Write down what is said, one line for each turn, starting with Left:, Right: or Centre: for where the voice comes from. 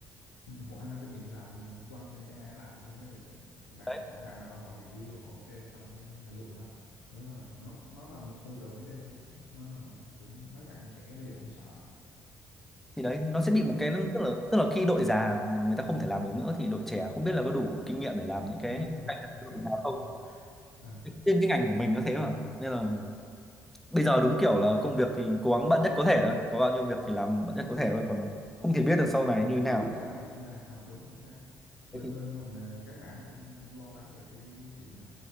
Left: một hai năm kinh nghiệm làm thì mình quăng cho AI làm xong rồi cái bạn
Centre: đấy
Left: một cái bạn nào đó họ review họ ok xong cái họ dùng thôi nếu mà nó nó là một tư tưởng nó thay thế đó nên là cũng mấy bạn trẻ bây giờ cũng sợ
Centre: thì đấy nó sẽ bị một cái tức là tức là khi đội già mà người ta không thể làm được nữa thì đội trẻ không biết là có đủ kinh nghiệm để làm những cái
Left: đúng đúng,
Centre: cạnh tranh với đội già không
Left: đúng. Ờ.
Centre: riêng cái ngành của mình nó thế mà nên là bây giờ đúng kiểu là công việc thì cố gắng bận nhất có thể thôi có bao nhiêu việc thì làm bận nhất có thể thôi còn không thể biết được sau này như thế nào
Left: không biết sau này sinh ra sao đúng chính xác
Centre: Thế
Left: bên
Centre: thì,
Left: bên mình ờ, các bạn nó cũng cũng lo lắng về cái cái chuyện này